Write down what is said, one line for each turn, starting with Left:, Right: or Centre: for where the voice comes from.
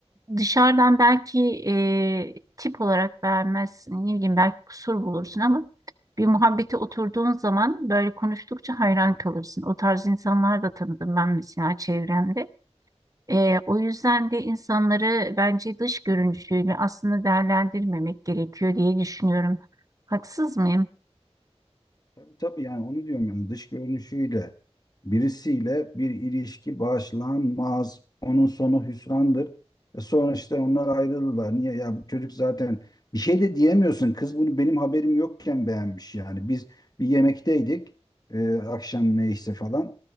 Right: dışarıdan belki e, tip olarak beğenmezsin, ne bileyim belki kusur bulursun ama bir muhabbete oturduğun zaman böyle konuştukça hayran kalırsın. O tarz insanlar da tanıdım ben mesela çevremde. Ee, o yüzden de insanları bence dış görünüşüyle aslında değerlendirmemek gerekiyor diye düşünüyorum. Haksız mıyım?
Left: Tabii, tabii yani onu diyorum yani dış görünüşüyle birisiyle bir ilişki başlanmaz. Onun sonu hüsrandır. E sonra işte onlar ayrıldılar. Niye ya bu çocuk zaten bir şey de diyemiyorsun. Kız bunu benim haberim yokken beğenmiş yani. Biz bir yemekteydik. E, akşam neyse falan.